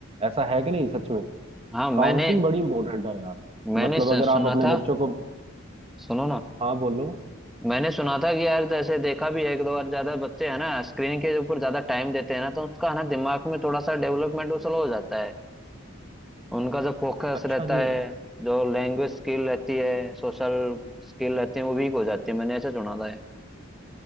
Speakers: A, on the right; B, in the centre.
A: ऐसा है कि नहीं सच में
B: हाँ मैंने
A: काउंसलिंग बड़ी इंपॉर्टेंट है यार
B: मैंने
A: मतलब
B: सु-
A: अगर आप
B: सुना
A: अपने
B: था
A: बच्चों को
B: सुनो ना
A: हाँ बोलो
B: मैंने सुना था कि यार जैसे देखा भी है एक दो बार ज्यादा बच्चे है ना स्क्रीन के ऊपर ज्यादा टाइम देते हैं ना तो उसका है ना दिमाग में थोड़ा सा डेवलपमेंट वो स्लो हो जाता है उनका जो फोकस
A: अच्छा
B: रहता
A: जी
B: है जो लैंग्वेज स्किल रहती है सोशल स्किल रहती है वो वीक हो जाती है मैंने ऐसा सुना था है